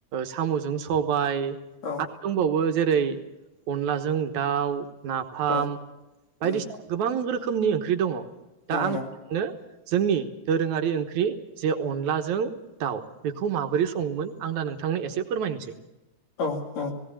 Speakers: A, on the right (about 70°); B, on the left (about 60°).
A: साम'जों सबाय
B: औ ।
A: आरो दंबावो जेरै अनलाजों दाउ नाफाम
B: औ
A: बायदिसिना
B: उम
A: गोबां रोखोमनि ओंख्रि दङ दा
B: दङ
A: आं
B: दं
A: जोंनि दोरोंङारि ओंख्रि जे अनलाजों दाउ बेखौ माबोरै सङोमोन आं दा नोंथांनो एसे फोरमायनोसै
B: औ औ